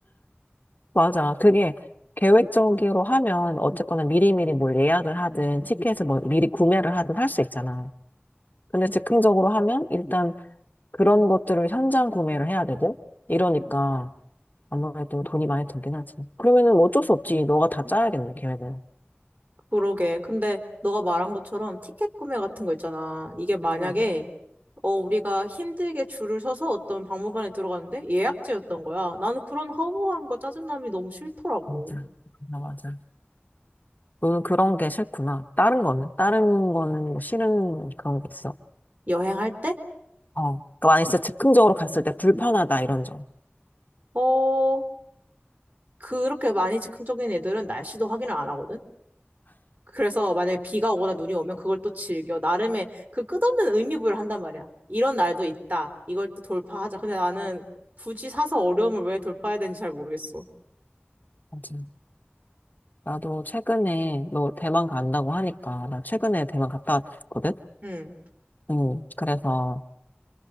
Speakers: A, on the left; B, on the right.
A: 맞아. 그게 계획적으로 하면 어쨌거나 미리미리 뭘 예약을 하든 티켓을 뭐 미리 구매를 하든 할 수 있잖아. 근데 즉흥적으로 하면 일단 그런 것들을 현장 구매를 해야 되고 이러니까 아무래도 돈이 많이 들긴 하지. 그러면은 뭐 어쩔 수 없지. 너가 다 짜야겠네, 계획을.
B: 그러게. 근데 너가 말한 것처럼 티켓 구매 같은 거 있잖아. 이게 만약에
A: 음.
B: 어 우리가 힘들게 줄을 서서 어떤 박물관에 들어갔는데 예약제였던 거야. 나는 그런 허무함과 짜증남이 너무 싫더라고.
A: 맞아. 맞아, 맞아. 너는 그런 게 싫구나. 다른 거는? 다른 거는 뭐 싫은 그런 게 있어?
B: 여행할 때?
A: 어. 그러니까 만약에 진짜 즉흥적으로 갔을 때 불편하다, 이런 점.
B: 어 그렇게 많이 즉흥적인 애들은 날씨도 확인을 안 하거든. 그래서 만약에 비가 오거나 눈이 오면 그걸 또 즐겨. 나름의 그 끝없는 의미 부여를 한단 말이야. 이런 날도 있다. 이걸 또 돌파하자. 근데 나는 굳이 사서 어려움을 왜 돌파해야 되는지 잘 모르겠어.
A: 맞아. 나도 최근에, 너 대만 간다고 하니까, 나 최근에 대만 갔다 왔거든?
B: 응.
A: 음, 그래서